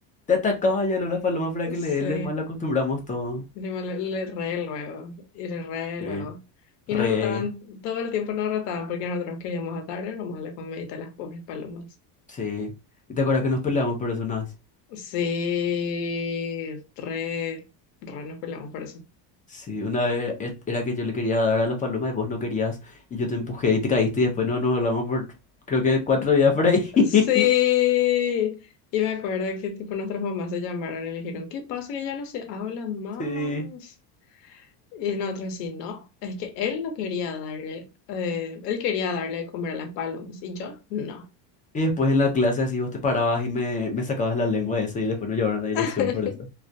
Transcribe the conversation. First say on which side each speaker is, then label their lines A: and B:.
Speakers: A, on the left; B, on the left.
A: te atacaba ya la paloma para que
B: Sí,
A: le dé, le mal acostumbramos todo.
B: Encima le, le re luego, y le re
A: Sí,
B: luego. Y
A: re,
B: nos retaban, todo el tiempo nos retaban porque nosotros queríamos atarle nomás la comidita a las pobres palomas.
A: sí. ¿Y ¿Te acuerdas que nos peleamos por eso una vez?
B: Sí, re, re nos peleamos por eso.
A: Sí, una vez e- era que yo le quería dar a la paloma y vos no querías y yo te empujé y te caíste y después no nos hablamos por creo que cuatro días por ahí. <laughs>
B: Sí, y me acuerdo que tipo nuestras mamás se llamaron y le dijeron, ¿qué pasa que ya no se hablan más?
A: Sí.
B: Y nosotros sí, no, es que él no quería darle, eh, él quería darle de comer a las palomas y yo no.
A: Y después en la clase así vos te parabas y me, me sacabas la lengua de eso y después nos llevaron
B: <laughs>
A: a la dirección por eso.